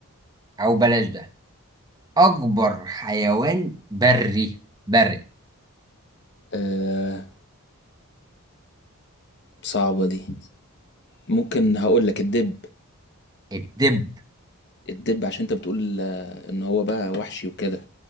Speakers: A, on the right; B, on the left.
A: او بلاش ده اكبر حيوان بري بري
B: آه صعبة دي ممكن هقول لك الدب
A: الدب
B: الدب عشان انت بتقول آه، ان هو بقى وحشي وكده